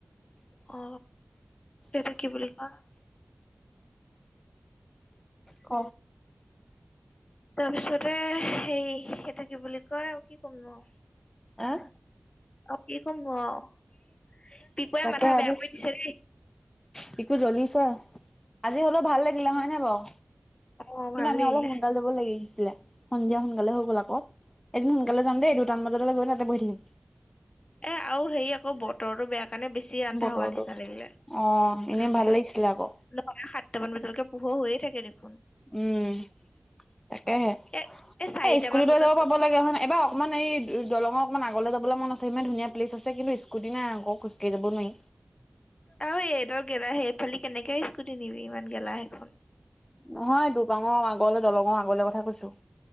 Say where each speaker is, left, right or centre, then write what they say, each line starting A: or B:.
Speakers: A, on the left; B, on the left.
A: অ এইটো কি বুলি কয়?
B: ক
A: তাৰপিছতে সেই সেইটো কি বুলি কয় অ কি কম নো আও
B: আহ
A: আৰু কি কম নো আও? পিকুৱে
B: তাকে
A: মাথা
B: আজি
A: বেয়া কৰি দিছে দেই।
B: পিকো জ্বলিছে আজি হ'লেও ভাল লাগিলে হয় নাই বাৰু‌?
A: অ
B: কিন্তু
A: ভাল
B: আমি
A: লাগিলে
B: অলপ সোনকালে যাব লাগি সন্ধিয়া সোনকালে হৈ গ'ল আকৌ। এদিন সোনকালে যাম দেই দুটা মান বজাতে গৈ তাতে বহি থাকিম।
A: এ আৰু হেৰি আকৌ বতৰটো বেয়া সেইকাৰণে বেছি আন্ধাৰ
B: বতৰটো
A: হোৱা নিচিনা লাগিলে। সেইকাৰণে
B: অ এনেই ভাল লাগিছিলে আকৌ
A: নহ'লে সাতটা মান বজা লেকে পোহৰ হৈয়ে থাকে দেখোন।
B: উম তাকেহে।
A: এ চাৰিটামান
B: এ স্কুটি লৈ
A: বজাত
B: যাব পাব লাগে হয় নাই? এবাৰ অকমান এই দলঙৰ অকণমান আগলৈ যাবলৈ মন আছে। ইমান ধুনীয়া প্লেচ আছে কিন্তু স্কুটি নাই আকৌ খোজকাঢ়ি যাব নোৱাৰি।
A: আৰু এই এডাল গেলাহে এইফালি কেনেকে স্কুটি নিবি ইমান গেলাহেখন‌।
B: নহয় দুপাঙৰ আগলৈ দলঙৰ আগলে কথা কৈছোঁ।